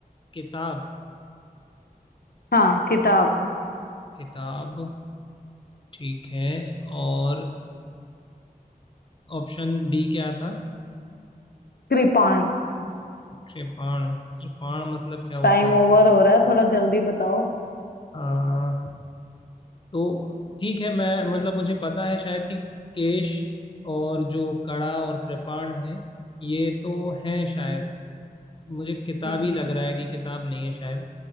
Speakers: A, on the left; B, on the left.
A: किताब
B: हाँ किताब
A: किताब ठीक है और ऑप्शन डी क्या था
B: कृपाण
A: कृपाण कृपाण मतलब क्या
B: टाइम
A: होता
B: ओवर
A: है
B: हो रहा है थोड़ा जल्दी बताओ
A: आ, तो ठीक है मैं मतलब मुझे पता है शायद कि केश और जो कड़ा और कृपाण है ये तो हैं शायद मुझे किताब
B: हम्म
A: ही लग रहा है कि किताब नहीं है शायद